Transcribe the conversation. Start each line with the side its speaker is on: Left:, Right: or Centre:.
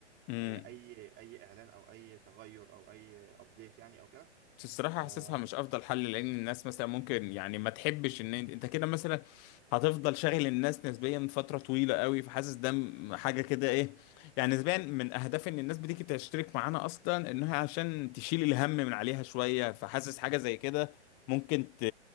Left: مم.
Right: آه، اي اي اعلان او اي تغير او اي ابديت يعني او كده
Left: الصراحة
Right: آه،
Left: حاسسها مش أفضل حل لأن الناس مثلا ممكن يعني ما تحبش إن أنت أنت كده مثلا هتفضل شاغل الناس نسبيا فترة طويلة قوي فحاسس ده م- حاجة كده إيه يعني نسبيا من أهداف إن الناس بتيجي تشترك معانا أصلا إنها عشان تشيل الهم من عليها شوية فحاسس حاجة زي كده ممكن ت...